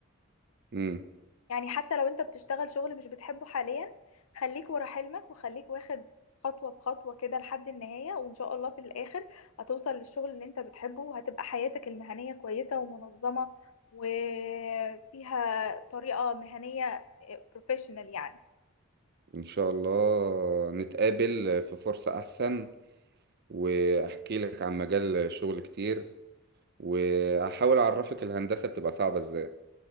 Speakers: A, on the right (about 50°); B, on the left (about 75°).
A: مم.
B: يعني حتى لو انت بتشتغل شغل مش بتحبه حاليا خليك ورا حلمك وخليك واخد خطوة بخطوة كده لحد النهاية وإن شاء الله في الآخر هتوصل للشغل اللي انت بتحبه وهتبقى حياتك المهنية كويسة ومنظمة وفيها طريقة مهنية بروفيشنال يعني
A: إن شاء الله نتقابل في فرصة أحسن وأحكي لك عن مجال شغل كتير وهحاول أعرفك الهندسة بتبقى صعبة إزاي